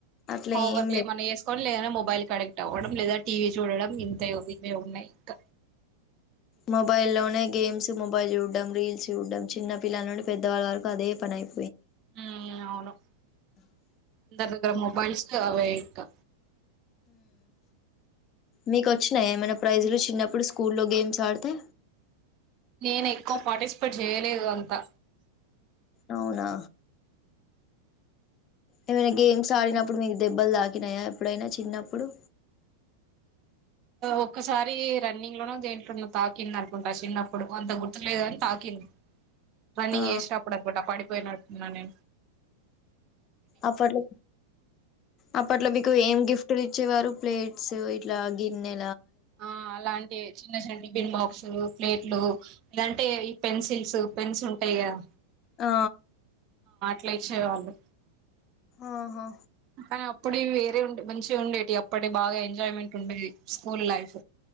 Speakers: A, on the left; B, on the right.
A: అట్లా
B: హోంవర్క్లు
A: ఏం లేదు
B: ఏమన్న చేసుకుని లేదనా మొబైల్ కనెక్ట్ అవ్వడం లేదా టీవీ చూడడం ఇంతయ్ ఇవే ఉన్నాయి క్క
A: మొబైల్ లోనే గేమ్స్ మొబైల్ చూడడం రీల్స్ చూడడం, చిన్న పిల్ల నుం పెద్దవాళ్ళ వరకు అదే పనైప్
B: మ్మె ఇగ అవును అందరి దగ్గర మొబైల్స్ అమెరికా
A: మీకు వచ్చినాయి ఏమైనా ప్రైజలు చిన్నప్పుడు స్కూల్లో గేమ్స్ ఆడితే
B: నేను ఎక్కువ పార్టిసిపేట్ చేయలేదు అంతా
A: అవునా ఏమైనా గేమ్స్ ఆడినప్పుడు మీకు దెబ్బలు తాకినాయా ఎప్పుడైనా చిన్నప్పుడు
B: ఒక్కసారి రన్నింగ్ లోన దేంట్లోన్న తాకింది అనుకుంటా చిన్నప్పుడు కొంత గుర్తులేదు అని తాకింది రన్నింగ్
A: ఆ
B: ఏష్టాపడదు గట్ట పడి పోయనాడునే
A: అప్పట్లో అప్పట్లో మీకు ఏం గిఫ్ట్లు వచ్చేవారు ప్లేట్స్ ఇట్లా గిన్నె
B: ఆ అలాంటి చిన్న చింటి బిబ అసులు ప్లేట్లు ఇదంటే ఈ పెన్సిల్స్ పెన్స్ ఉంటాయి కదా
A: ఆ
B: అట్లేచ్చే వాళ్ళు
A: ఆహా
B: కానీ అప్పుడ వేరే ఉండే మంచిగా ఉండేటి అప్పటి బాగా ఎంజాయ్మెంట్ ఉండేది స్కూల్ లైఫ్